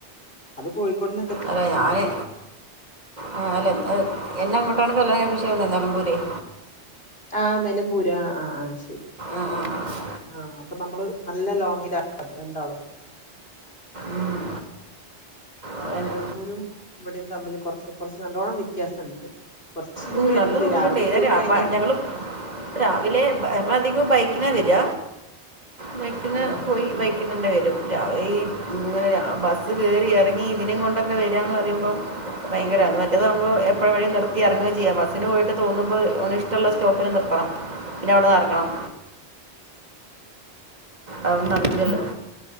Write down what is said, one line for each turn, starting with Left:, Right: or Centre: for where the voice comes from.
Left: അത് കോഴിക്കോട് ന്നെക്
Right: അല്ല ഞാന് ആ അല്ല എന്നെ അങ്ങോട്ടാണ് കല്ല്യാണം കഴിപ്പിച്ചെതെന്ന് നെലമ്പൂരയ്
Left: ആ നെലമ്പൂര് ആ ആ ആ അത് ശരി
Right: ആഹ് ആഹ് ആഹ്
Left: ആ അപ്പൊ നമ്മള് നല്ല ലോങ്ങിലാള്ളത് രണ്ടാളും
Right: ഉം അതന്നെ
Left: നിലമ്പൂരും ഇവിടെയും തമ്മിൽ കൊർച്ച് കൊർച്ച് നല്ലോണം വ്യത്യാസംണ്ട് കൊർച്ച് ദൂരം
Right: ഉം, നല്ല
Left: ണ്ട്
Right: ദൂരമുണ്ട്
Left: രാവിലെ
Right: ഇതാ
Left: പോയി കഴിഞ്ഞാൽ
Right: ഞങ്ങൾ രാവിലെ ബ ഞങ്ങളധികും ബൈക്ക്ന വര ബൈക്ക്ന്
Left: ആ
Right: പോയി ബൈക്ക് ന് ന്നെവരും രാവ്‌ ഈ ഇങ്ങനെ രാ ബസ്സ് കേറി ഇറങ്ങി ഇതിനേം ങ്ങൊണ്ടൊക്കെ വരാന്ന് പറയുമ്പോ ഭയങ്കരാകും മറ്റതാകുമ്പോ എപ്പഴ് വഴി നിർത്തി എർങ്ങി ചെയ ബസ്സിന് പോയിട്ട് തോന്നുമ്പോ ഓന് ഇഷ്ട്ടള്ള സ്റ്റോപ്പില് നിർത്തണം പിന്നെ അവിടെന്ന്റങ്ങണം. അതൊന്നും നടന്നില്ലല്ലോ